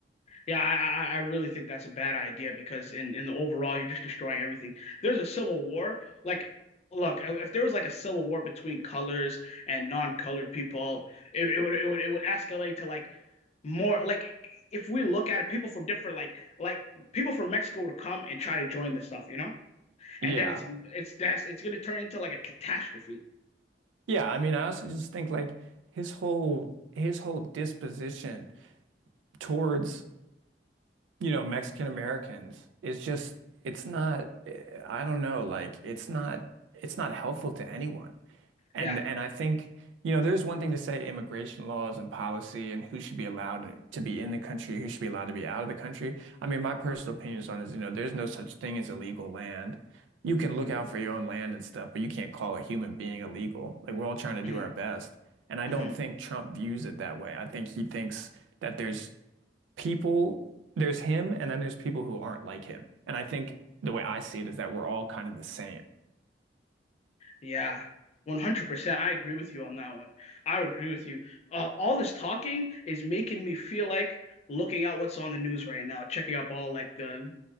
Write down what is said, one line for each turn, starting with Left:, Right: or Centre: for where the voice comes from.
Left: Yeah, I, I I really think that's a bad idea because in in the overall, you're just destroying everything. There's a civil war. Like, look, if if there was like a civil war between colors and non-colored people, it, it would it would it would escalate to like more like if we look at it, people from different like like people from Mexico would come and try to join this stuff, you know? And
Right: Yeah.
Left: then it's it's that's it's gonna turn into like a catastrophe.
Right: Yeah, I mean, I also just think like his whole his whole disposition. towards, you know, Mexican Americans is just it's not I don't know, like it's not it's not helpful to anyone. And
Left: Yeah.
Right: and I think, you know, there's one thing to say immigration laws and policy and who should be allowed to be in the country, who should be allowed to be out of the country. I mean, my personal opinions on it is, you know, there's no such thing as illegal land. You can
Left: hmm
Right: look out for your own land and stuff, but you can't call a human being illegal. Like we're all trying to do
Left: hmm
Right: our best. And I
Left: hmm
Right: don't think Trump views it that way. I think he thinks that there's people, there's him, and then there's people who aren't like him. And I think the way I see it is that we're all kind of the same.
Left: Yeah, 100%. I agree with you on that one. I agree with you. Uh, all this talking is making me feel like looking at what's on the news right now, checking up all like the